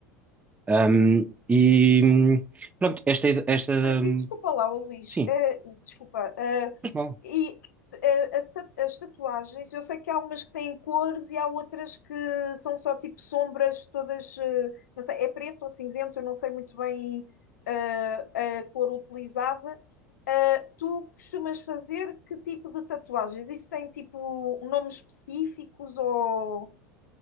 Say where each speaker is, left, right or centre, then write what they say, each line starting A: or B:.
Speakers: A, on the right (about 15°); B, on the left (about 75°).
A: Ahm, e hum, pronto, esta, esta
B: Olha,
A: hum,
B: E desculpa lá, ô Luís,
A: sim,
B: eh, desculpa. eh,
A: faz mal.
B: e eh, as, ta- as tatuagens, eu sei que há umas que têm cores e há outras que são só tipo sombras, todas, eh, não sei, é preto ou cinzento, eu não sei muito bem eh, a cor utilizada. Eh, tu costumas fazer que tipo de tatuagens? Isso tem tipo nomes específicos ou.